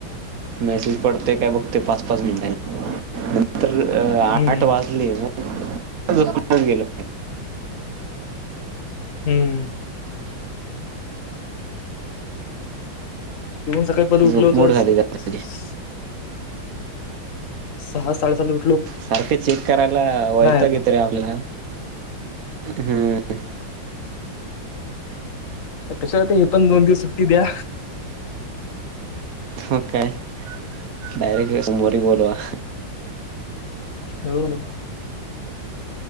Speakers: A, on the right (about 55°); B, on the left (about 45°).
A: मेसेज पडते काय बघते पाच पाच मिनिटांनी. नंतर अ
B: हम्म
A: आठ वाजले मग <unintelligible> गेलो
B: हम्म येऊन सकाळी परत उठलो
A: झोपमोड
B: होतो
A: झाली
B: सावकाश
A: त्यात माझी.
B: सहा साडे सहाला
A: सारखं चेक करायला वयताग
B: आला
A: यतयरे आपला हम्म
B: कशासाठी हे पण दोन दिवस <unintelligible> द्या
A: मग काय डायरेक्ट समोवारी बोलवा.
B: हो हो